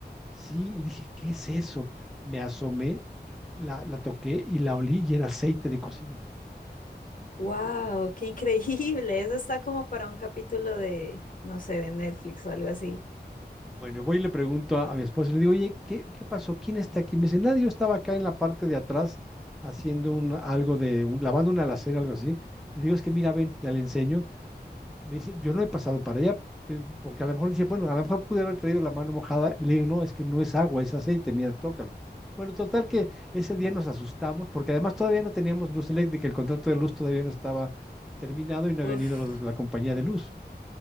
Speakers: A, in the centre; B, on the left (about 50°).
A: Sí, y dije, ¿qué es eso? Me asomé, la, la toqué y la olí y era aceite de cocina.
B: Wow, qué increíble. Eso está como para un capítulo de, no sé, de Netflix o algo así.
A: Bueno, voy y le pregunto a, a mi esposo y le digo, oye, ¿qué, qué pasó? ¿Quién está aquí? Me dice, nadie, yo estaba acá en la parte de atrás haciendo un, algo de, un- lavando una alacena, algo así. Le digo, es que mira, ven, ya le enseño. Me dice, yo no he pasado para allá, pe- porque a lo mejor dice, bueno, a lo mejor pude haber traído la mano mojada. Le digo, no, es que no es agua, es aceite, mira, tócalo. Bueno, total que ese día nos asustamos, porque además todavía no teníamos luz eléctrica, el contrato de luz todavía no estaba terminado y no habían
B: Uf.
A: ido los de la compañía de luz.